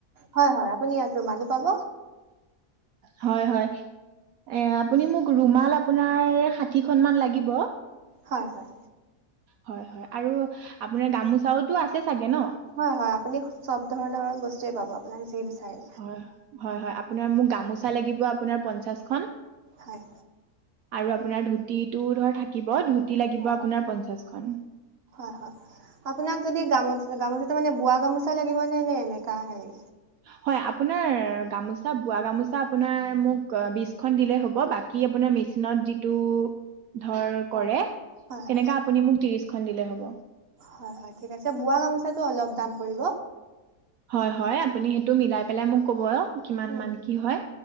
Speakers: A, on the right; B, on the right.
A: হয় হয় আপুনি ইয়াত ৰুমালো পাব
B: হয় হয় এ আপুনি মোক ৰুমাল আপোনাৰ ষাঠিখনমান লাগিব
A: হয় হয়
B: হয় হয় আৰু আপোনাৰ গামোচাওতো আছে চাগে ন
A: হয় হয় আপুনি চব ধৰণৰ বস্তুৱে পাব আপোনাক যি বিচাৰে
B: হয় হয় হয় হয় আপোনাৰ মোক গামোচা লাগিব আপোনাৰ পঞ্চাশখন।
A: হয়।
B: আৰু আপোনাৰ ধুতিটো ধৰ থাকিব ধুতি লাগিব
A: হয়
B: আপোনাৰ
A: হয়
B: পঞ্চাশখন।
A: হয় হয় আপোনাক যদি গামো গামোচা মানে বোৱা গামোচা লাগিব নে নে এনেকা হেৰি?
B: হয় আপোনাৰ গামোচা বোৱা গামোচা আপোনাৰ মোক বিশখন দিলে হ'ব বাকী কি আপোনাৰ মেচিনত যিটো ধৰ
A: হয়
B: কৰে তেনেকা
A: হয় হয়
B: আপুনি মোক ত্ৰিশখন দিলে হ'ব।
A: হয় হয় ঠিক আছে, বোৱা গামোচাটো অলপ দাম পৰিব।
B: হয় হয় আপুনি সেইটো মিলাই পেলাই মোক ক'ব। কিমান
A: উম,
B: মান
A: উম,
B: কি হয়